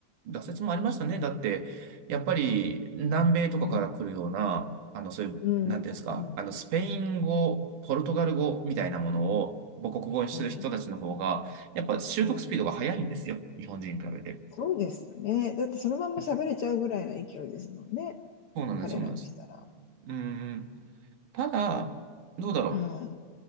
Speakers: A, on the right (about 75°); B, on the left (about 65°).
A: 挫折もありましたね。だって、やっぱり南米とかから来るような、
B: うん。
A: あの、そういう、
B: うん。
A: なんていうんですか、
B: うん。
A: あの、スペイン語、ポルトガル語みたいなものを母国語にする人たちの方が、
B: うん。
A: やっぱ習得スピードが速いんですよ。
B: うん。うん
A: 日本人に比べて。
B: そうですよね。だってそのまんま喋れちゃうぐらいの勢いですもんね。
A: うんそうなんです、
B: 彼らにしたら。
A: そうなんです。うーん、ただ、どうだろ
B: は